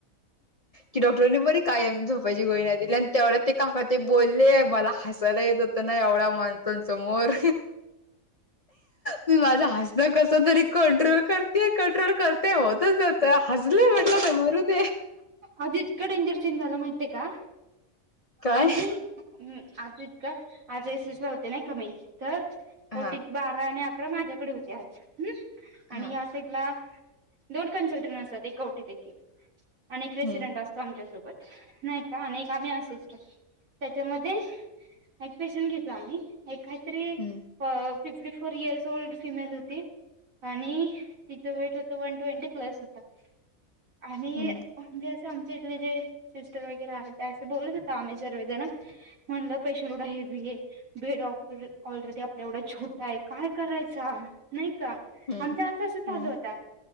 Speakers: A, on the left; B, on the right.
A: की डॉक्टरांनी बरी कायम झोपायची गोळी नाही दिली आणि तेवढ्या ते काका ते बोलले मला हसलं येत हो. नाही एवढ्या माणसां समोर मी माझा ह कस तरी कंट्रोल करते. ्रोल करते होतच ज हजल म्हटलं ते मरुद
B: आजतकं डेंजर चेंज झाला माह आहे का
A: काय
B: आम्ही आज आज एस एस ला होते नाही कमी तर
A: हा
B: ओटीत बारा आणि अकरा माझ्याकडे होते आ ह्
A: हा
B: आणि इथला दोन कन्सल्ट्रं असत एकवटी देील प्रेसिडेंट
A: हम्म
B: असतो आमच्यासोबत नाही का आणि आम्ही अस त्याच्यामध्ये एक पेशन घेतला आम्ही एक काहीतरी,
A: hmm
B: fifty four years old female होती. आणि तिचं वेट होत वन ट्वेंटी प्लस होत आणि
A: हम्म
B: म्हणजे असे आमच्या इथले जे सिस्टर वगैरे ते असे बोलत होत आम्ही सर्वेजण. म्हणलं पैशं कुठांय हेवी हे. बे डऑक्टर ऑलरेडी आपल्या एवढा छोटा आहे काय करायचा. नाही का
A: हम्म
B: आमचं असं असं चालू
A: हम्म.
B: होता